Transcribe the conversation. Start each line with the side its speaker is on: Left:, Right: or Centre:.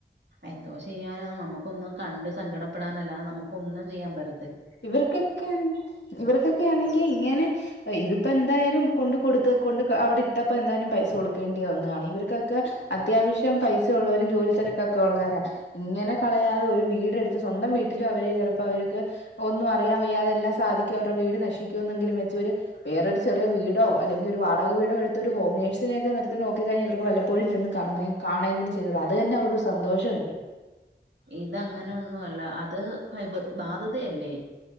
Right: എന്തോ ചെയ്യാനാ നമുക്കൊന്നും കണ്ട് സങ്കടപ്പെടാനാല്ലാതെ നമുക്ക് ഒന്നും ചെയ്യാൻ പറ്റ
Left: ഇവർക്കൊക്കെ ആണെ ഇവർക്കൊക്കെണെങ്കിൽ ഇങ്ങനെ ഇതിപ്പോ എന്തായാലും കൊണ്ട് കൊടുത്ത് കൊണ്ട് അവിടെ ഇട്ടപ്പോ എന്തായാലും പൈസ കൊടുക്കേണ്ടി വന്ന്കാണും ഇവർക്കൊക്കെ അത്യാവശ്യം പൈസ ഉള്ളവരും ജോലി തിരക്കൊക്കെ ഉള്ളവരാ ഇങ്ങനെ കളയാതെ ഒരു വീടെടുത്ത് സ്വന്തം വീട്ടിലും അവര് ചിലപ്പോ അവര്ക്ക് ഒന്നും അറിയാൻ വയ്യാതെ എല്ലാ സാധിക്കും അവടെ വീട് നശിക്കും എന്നെങ്കിലും വെച്ച് ഒരു വേറൊരു ചെറിയ വീടോ അല്ലെങ്കിൽ ഒരു വാടക വീടോ എടുത്ത് ഒരു ഹോം നേഴ്സിനൊക്കെ നിർത്തി നോക്കി ത്തി കഴിഞ്ഞ് ഇവർക്ക് വല്ലപ്പോഴും ചെന്ന് കാണെങ്കിലും ചെയ്താ അത് തന്നെ അവർക്ക് സന്തോഷമല്ലേ
Right: ഇതങ്ങനൊന്നുംല്ല അത് ബാധ്യതയല്ലേ